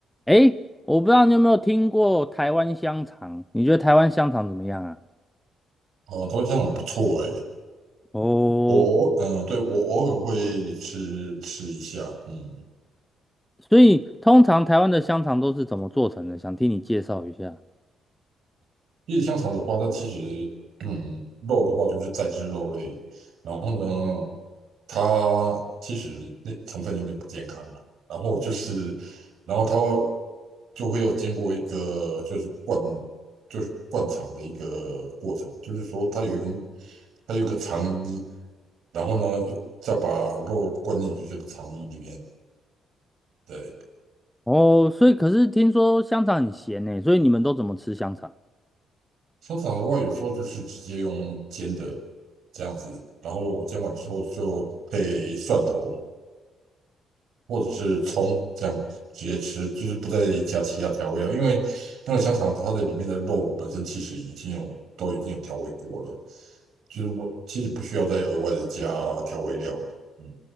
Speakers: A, in the centre; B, on the right.
A: 诶，我不知道你有没有听过台湾香肠？你觉得台湾香肠怎么样啊？
B: 哦，头香很不错诶，
A: 哦，
B: 我嗯、呃对，我偶尔会吃吃一下，嗯，
A: 所以通常台湾的香肠都是怎么做成的？想听你介绍一下。
B: 因为香肠的话，它其实嗯，肉的话就是再制肉类，然后呢，它其实那成分有点不健康，然后就是，然后它就会有经过一个就是灌就是灌肠的一个过程，就是说它有一根它有一个肠衣，然后呢又再把肉灌进去这个肠衣里面，对。
A: 哦，所以可是听说香肠很咸呢，所以你们都怎么吃香肠？
B: 香肠的话，有时候就是直接用煎的这样子，然后我煎完之后就配蒜头或者是葱这样直接吃，就是不再加其他调味料，因为那个香肠它的里面的肉本身其实已经有都已经有调味过了，就是我其实不需要再额外的加调味料了。嗯，